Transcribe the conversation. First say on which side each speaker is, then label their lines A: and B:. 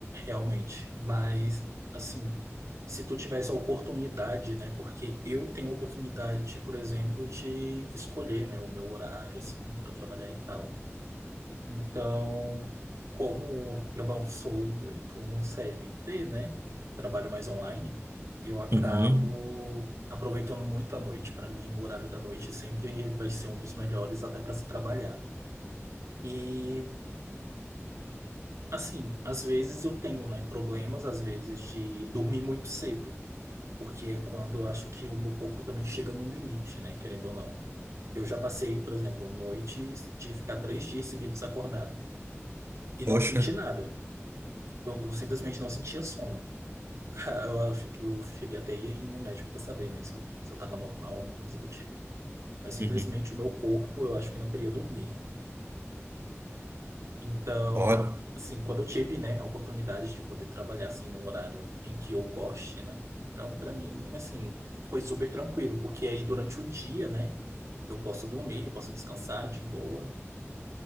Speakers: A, on the right; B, on the right.
A: realmente. Mas, assim, se tu tivesse a oportunidade, né? Porque eu tenho a oportunidade, por exemplo, de escolher, né, o meu horário, assim, para trabalhar e tal. Então, como eu não sou muito um CLT, né? Trabalho mais online, eu acabo
B: Uhum.
A: aproveitando muito a noite. Para mim, o horário da noite sempre vai ser um dos melhores até para se trabalhar. E Assim, às vezes eu tenho, né, problemas, às vezes, de dormir muito cedo, porque é quando eu acho que o meu corpo também chega no limite, né, querendo ou não. Eu já passei, por exemplo, noites de ficar três dias seguidos acordado e não
B: Poxa.
A: senti nada. Eu simplesmente não sentia sono. <laughs> Eu, acho- eu cheguei até aí ir no médico para saber, né, se eu, se eu tava normal, alguma coisa do tipo. Mas simplesmente
B: Uhum.
A: o meu corpo, eu acho que não queria dormir. Então,
B: Pode,
A: assim, quando eu tive, né, a oportunidade de poder trabalhar assim um horário em que eu goste, né? Então, para mim, assim, foi super tranquilo, porque aí durante o dia, né, eu posso dormir, eu posso descansar de boa.